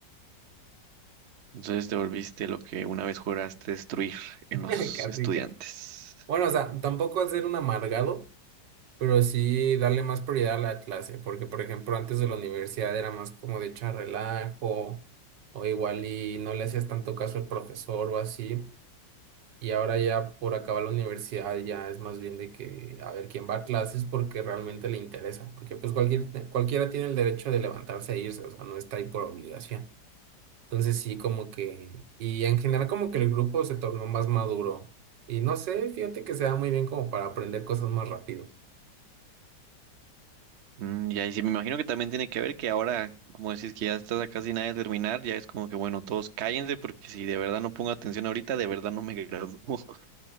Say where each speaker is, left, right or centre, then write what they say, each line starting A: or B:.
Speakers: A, on the right; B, on the right.
A: Entonces te volviste lo que una vez juraste destruir
B: <laughs>
A: en los
B: Casi,
A: estudiantes.
B: casi. Bueno, o sea, tampoco es ser un amargado, pero sí darle más prioridad a la clase, porque por ejemplo antes de la universidad era más como de echar relajo, o igual y no le hacías tanto caso al profesor o así, y ahora ya por acabar la universidad ya es más bien de que a ver quién va a clases porque realmente le interesa, porque pues cualquier, cualquiera tiene el derecho de levantarse e irse, o sea, no está ahí por obligación. Entonces sí, como que, y en general como que el grupo se tornó más maduro. Y no sé, fíjate que se da muy bien como para aprender cosas más rápido.
A: Mm, ya, y ahí sí, me imagino que también tiene que ver que ahora, como decís, que ya estás a casi nada de terminar, ya es como que, bueno, todos cállense porque si de verdad no pongo atención ahorita, de verdad no me gradúo. <laughs>